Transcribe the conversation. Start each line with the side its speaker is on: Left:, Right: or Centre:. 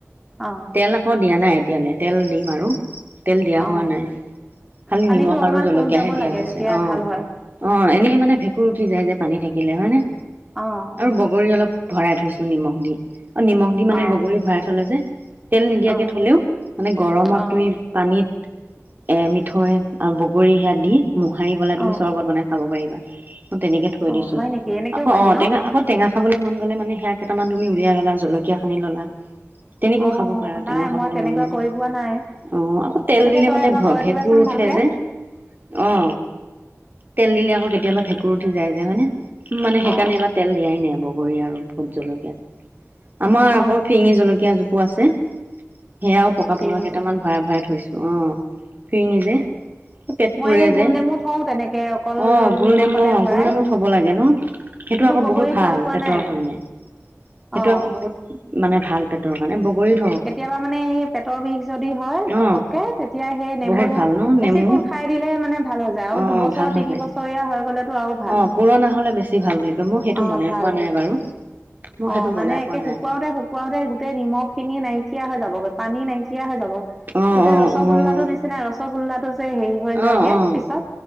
Centre: অ'।
Right: তেল আকৌ দিয়া নাই এতিয়ালে তেল দিম আৰু। তেল দিয়া
Centre: অ
Right: হোৱা নাই খালী
Centre: পানীটো
Right: নিমখ
Centre: অকমান
Right: আৰু জলকীয়াহে
Centre: শুহ যাব
Right: দিয়া
Centre: লাগে
Right: হৈছে
Centre: তেতিয়া
Right: অ'।
Centre: ভাল হয়
Right: অ', এনে মানে ভেঁকুৰ উঠি যায় যে, পানী থাকিলে হয়নে?
Centre: অ'।
Right: বগৰী অলপ ভৰাই থৈছোঁ নিমখ দি, আৰু নিমখ দি মানে
Centre: অ
Right: বগৰী ভৰাই থ'লে যে তেল নিদিয়াকে
Centre: অ
Right: থ'লেও মানে গৰমত
Centre: অ
Right: তুমি পানীত এ মিঠৈ আৰু বগৰী সেয়া দি মোহাৰি পেলাই
Centre: অ
Right: তুমি <unintelligible> বনাই খাব পাৰিবা অ, তেনেকে থৈ
Centre: অ
Right: দিছো
Centre: হয় নেকি এনেকেও
Right: আকৌ
Centre: পাৰি
Right: অ,
Centre: ন
Right: টেঙা আগত টেঙা খাবলে মন গ'লে মানে সেইয়া কেইটামান তুমি উলাই ল'লা জলকীয়া খিনি ল'লা। তেনেকৈও
Centre: অ
Right: খাব পাৰা
Centre: নাই
Right: টেঙা খাবলৈ
Centre: মই তেনেকুৱা
Right: মন গ'লে।
Centre: কৰি
Right: অ,
Centre: পোৱা নাই
Right: আকৌ তেল
Centre: কেনেকে
Right: দিলে
Centre: কৰে
Right: মানে
Centre: এবাৰ
Right: ভ
Centre: কৰি
Right: ভেঁকুৰ
Centre: দিবাচোন
Right: উঠে
Centre: ভালকে
Right: যে অ, তেল দিলে আকৌ কেতিয়াবা ভেঁকুৰ উঠি যায় যে হয় নে মানে সেইকাৰণে
Centre: অ
Right: <unintelligible> তেল দিয়াই নাই বগৰী আৰু ভোট জলকীয়াত আমাৰ
Centre: অ
Right: আকৌ
Centre: অ
Right: ফিৰিঙি জলকীয়া জোপ পো আছে সেয়াও পকা-পকা
Centre: চিঙি
Right: কেইটামান
Centre: চিঙি
Right: ভৰাই-ভৰাই থৈছোঁ অ, ফিৰিঙি যে। পেট
Centre: মই
Right: পুৰে
Centre: এনেই গোল
Right: যে
Centre: নেমু থও তেনেকে অকল
Right: অ, গোলনেমু
Centre: নিমখতে
Right: অ,
Centre: ভৰাই
Right: গোলনেমু থব লাগে ন'? সেইটো
Centre: কিন্তু
Right: আকৌ
Centre: বগৰী
Right: বহুত ভাল
Centre: থৈ পোৱা
Right: পেটৰ
Centre: নাই
Right: কাৰণে সেইটো
Centre: অ
Right: আকৌ বহুত মানে ভাল পেটৰ কাৰণে এ বগৰীত
Centre: কেতিয়াবা মানে এই পেটৰ বিষ যদি হয়
Right: অ
Centre: ঘপককে তেতিয়া সেই নেমু
Right: বহুত ভাল ন নেমু
Centre: এচিকোত খাই দিলে মানে ভাল হৈ যায় আৰু
Right: অ
Centre: দুবছ বছৰ,
Right: ভাল হৈ
Centre: তিনি
Right: যায়।
Centre: বছৰীয়া হৈ গলেতো আৰু ভাল
Right: অ পুৰণা হলে বেছি ভাল বুলি কয় মই সেইটো
Centre: অ,
Right: বনাই
Centre: ভাল।
Right: পোৱা নাই বাৰু মই
Centre: অ,
Right: সেইটো
Centre: মানে
Right: বনাই
Centre: একে
Right: পোৱা নাই।
Centre: শুকাওতে-শুকুৱাও যে গোটেই নিমখ খিনি নাইকিয়া হৈ যাব গৈ পানী নাইকিয়া হৈ যাব
Right: অ', অ',
Centre: গোটেই ৰসগোল্লা টো
Right: অ',
Centre: নিচি নিচিনা ৰসগোল্লা টো যে হেৰি হৈ যায়গে
Right: অ', অ',
Centre: পিছত